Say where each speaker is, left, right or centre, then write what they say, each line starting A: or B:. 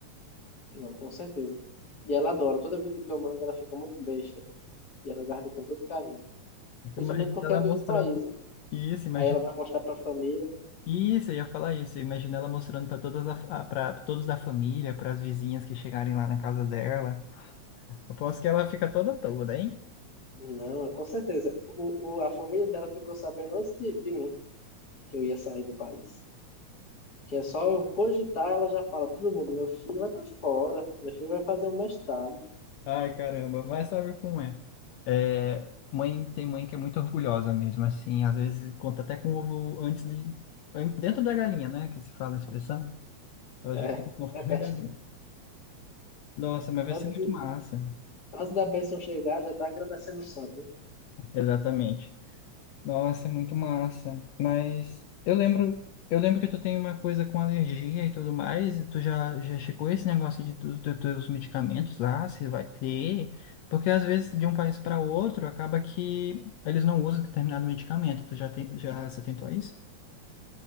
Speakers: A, on the left; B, on the left.
A: Não, com certeza. E ela adora. Toda vida que eu mando, ela fica muito besta. E ela guarda com todo carinho. Principalmente
B: Imagina
A: porque
B: ela
A: é de
B: mostrando
A: outro país, né?
B: isso, imagina
A: Aí ela vai mostrar pra família.
B: isso, eu ia falar isso. Imagina ela mostrando para todas a, para todos da família, para as vizinhas que chegarem lá na casa dela. Aposto que ela fica toda toda, hein?
A: Não, é com certeza. O, o, a família dela ficou sabendo antes de, de mim que eu ia sair do país. Que é só eu cogitar, ela já fala, todo mundo, meu filho vai pra fora, meu filho vai fazer um mestrado.
B: Ai, caramba, mas sabe como é? É, mãe tem mãe que é muito orgulhosa mesmo, assim, às vezes conta até com o ovo antes de an- dentro da galinha, né, que se fala a expressão. Ela
A: É,
B: já
A: <laughs>
B: conta com o
A: é
B: ovo
A: verdade.
B: dentro da galinha. Nossa, mas vai
A: Antes,
B: ser muito
A: de,
B: massa.
A: antes da bênção chegar, já tá agradecendo o santo, né?
B: Exatamente. Nossa, é muito massa. Mas eu lembro, eu lembro que tu tem uma coisa com alergia e tudo mais. E tu já, já chegou esse negócio de tu, tu- teus medicamentos lá, se vai ter? Porque às vezes de um país para outro acaba que eles não usam determinado medicamento. Tu já tem, já se atentou a isso?